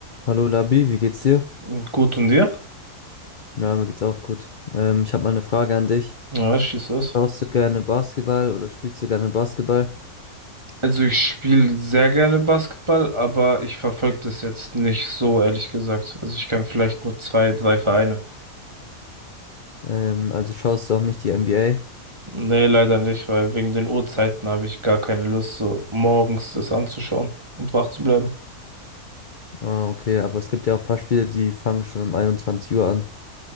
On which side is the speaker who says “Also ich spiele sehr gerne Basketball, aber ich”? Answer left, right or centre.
Right